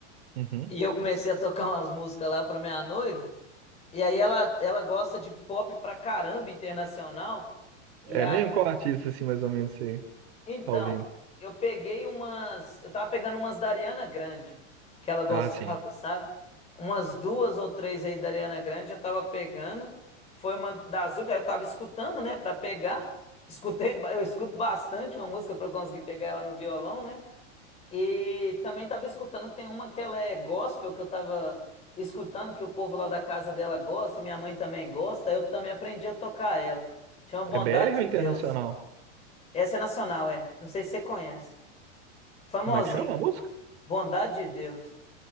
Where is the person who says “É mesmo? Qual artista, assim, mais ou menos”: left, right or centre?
Right